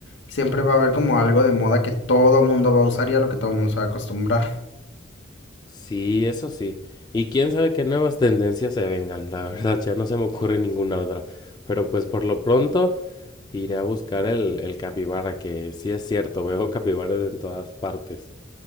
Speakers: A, on the left; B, on the left.
A: Siempre va a haber como algo de moda que todo mundo va a usar y a lo que todo mundo se va a acostumbrar.
B: Sí, eso sí. Y quién sabe qué nuevas tendencias se vengan, la <laughs> verdad, ya no se me ocurre ninguna otra. Pero pues por lo pronto iré a buscar el, el capibara, que sí es cierto, veo capibaras en todas partes.